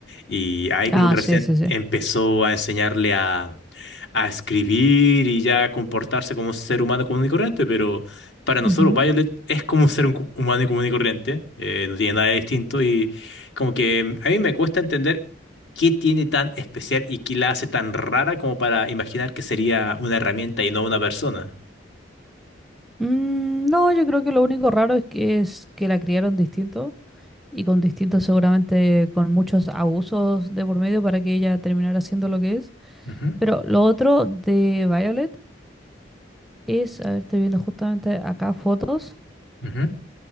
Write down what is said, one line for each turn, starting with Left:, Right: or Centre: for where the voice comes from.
Left: y ahí como
Centre: Ah,
Left: que recién
Centre: sí, sí, sí.
Left: empezó a enseñarle a, a escribir y ya a comportarse como un ser humano común y corriente, pero para
Centre: Ujú.
Left: nosotros Violet es como un ser un humano y común y corriente, eh, no tiene nada de distinto y como que mm, a mí me cuesta entender qué tiene tan especial y qué la hace tan rara como para imaginar que sería una herramienta y no una persona.
Centre: Mm, no, yo creo que lo único raro es que, es que la criaron distinto. y con distintos, seguramente con muchos abusos de por medio para que ella terminara siendo lo que es.
Left: Ujú,
Centre: Pero lo otro de Violet es, a ver, estoy viendo justamente acá fotos.
Left: ujú,